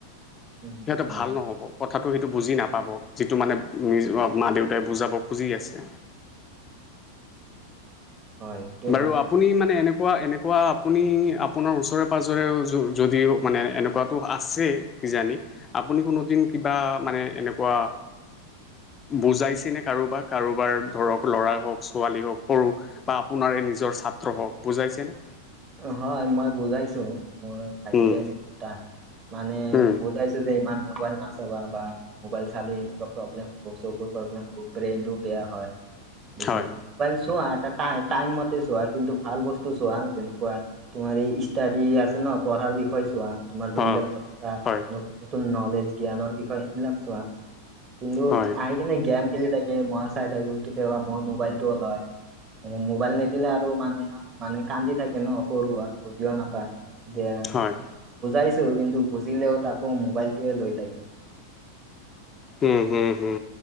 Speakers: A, on the right; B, on the left.
A: উম,
B: সিহঁতে
A: হয়
B: ভাল নহ'ব, কথাটো সেইটো বুজি নাপাব যিটো মানে। নিজ মা দেউতাই বুজাব খুজি আছে।
A: হয়, সেইটো
B: বাৰু
A: হয়।
B: আপুনি মানে এনেকুৱা, এনেকুৱা আপুনি আপোনাৰ ওচৰে পাজৰে যদিও মানে এ এনে কোৱাটো আছেই কিজানি আপুনি কোনোদিন কিবা মানে এনেকুৱা। বুজাইছে নে কাৰোবাৰ, কাৰোবাৰ ধৰক ল'ৰা হওঁক, ছোৱালী হওঁক সৰু বা আপোনাৰে নিজৰ ছাত্ৰ হওঁক বুজাইছেনে?
A: হয়, মই বুজাইছোঁ মোৰ ভাইটি
B: উম
A: আছে দুটা। মানে
B: উম
A: বুজাইছোঁ যে ইমান মোবাইল নাচবা বা মোবাইল চালে এনেকুৱা প্ৰব্লেম হব চকুৰ প্ৰব্লেম হ'ব, ব্ৰেইনটো বেয়া হয়। বেছিকে
B: হয়
A: চোৱা এটা টাইম মতে চোৱা কিন্তু ভাল বস্তু চোৱা। তোমাৰ এই ষ্টডি আছে ন পঢ়াৰ বিষয় চোৱা তোমাৰ যোনবিলাক
B: হয়
A: দৰ
B: হয়
A: নতুন নলেজ জ্ঞানৰ বিষয় সেইবিলাক চোৱা কিন্তু
B: হয়
A: আহই কেনে জ্ঞান। খেলি থাকে মই চাই থাকো কেতিয়াবা মই মোবাইল টো লয়। মোবাইল নিদিলে আৰু মানে মানে কান্দি থাকে। কনে সৰু আৰু বুজিও নাপায় যে
B: হয়
A: বুজাইছো কিন্তু বুজিলেও আাকৌ মোবাইলটয়ে লৈ থাকে।
B: হে, হে, হে